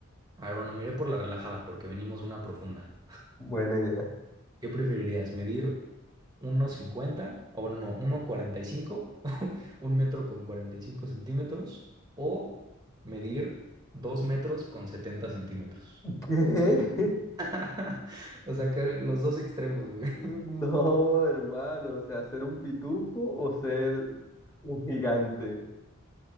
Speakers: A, on the right; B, on the left.
A: A ver, bueno, miré por la relajada porque venimos de una profunda.
B: Buena idea.
A: ¿Qué preferirías? ¿Medir uno cincuenta. O bueno, no, uno cuarenta y cinco. <laughs> un metro con 45 centímetros o medir 2 metros con 70 centímetros.
B: ¿Qué? <laughs>
A: <laughs> O sea, que los dos extremos, güey.
B: No,
A: <laughs>
B: hermano, o sea, ser un pitufo o ser un gigante.